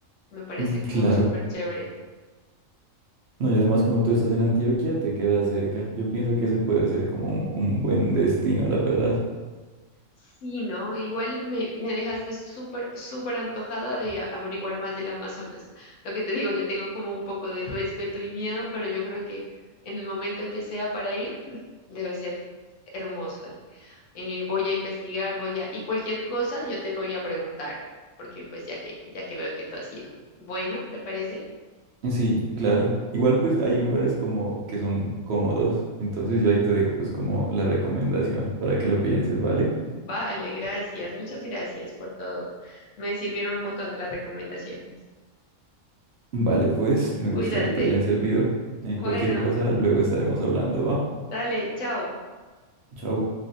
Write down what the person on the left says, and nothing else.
me parece
como
súper chévere.
Sí, ¿no? Igual me, me dejaste súper, súper antojada de a- averiguar más del Amazonas. Lo que te digo, le tengo como un poco de respeto y miedo, pero yo creo que en el momento que sea para ir, <laughs> debe ser hermoso allí. Eh, voy a investigar, voy a... Y cualquier cosa yo te voy a preguntar, porque pues ya que, ya que veo que tú has ido. Bueno, ¿te parece?
Vale, gracias. Muchas gracias por todo. Me sirvieron un montón las recomendaciones.
Cuídate.
Bueno,
dale, chao.